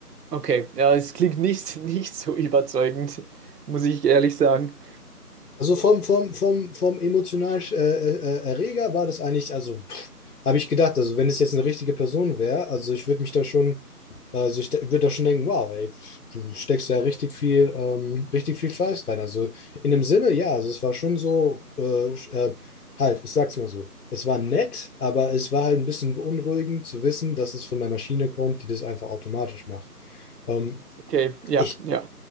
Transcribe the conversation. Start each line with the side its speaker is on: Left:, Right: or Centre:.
Right: okay. Ja, es klingt nicht, nicht so überzeugend, muss ich ehrlich sagen.
Left: Also vom, vom, vom, vom emotionalen äh, äh, Erreger war das eigentlich, also habe ich gedacht, also wenn es jetzt eine richtige Person wäre, also ich würde mich da schon, also ich würde da schon denken, wow, ey, pff, du steckst ja richtig viel, ähm, richtig viel Fleiß rein. Also in dem Sinne, ja, also es war schon so, äh, sch- äh, halt, ich sag's mal so, es war nett, aber es war halt ein bisschen beunruhigend zu wissen, dass es von der Maschine kommt, die das einfach automatisch macht. Ähm,
Right: Okay, ja,
Left: ich
Right: ja,